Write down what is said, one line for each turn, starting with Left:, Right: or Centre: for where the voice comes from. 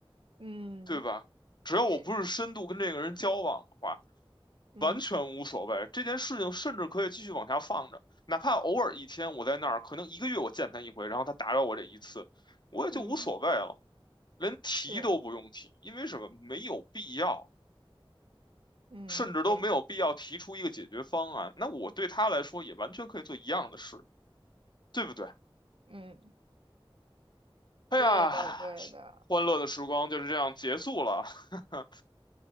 Right: 嗯
Left: 对吧？只要我不是深度跟这个人交往的话，
Right: 对，嗯
Left: 完全无所谓。这件事情甚至可以继续往下放着，哪怕偶尔一天我在那儿，可能一个月我见他一回，然后他打扰我这一次，我也就无所谓了，
Right: 嗯
Left: 连提都不用提，
Right: 是，
Left: 因为什么？没有必要，
Right: 嗯对，
Left: 甚至都没有必要提出一个解决方案。那我对他来说也完全可以做一样的事，对不对？
Right: 嗯
Left: 哎呀，
Right: 对的对的。
Left: 欢乐的时光就是这样结束了。<laughs>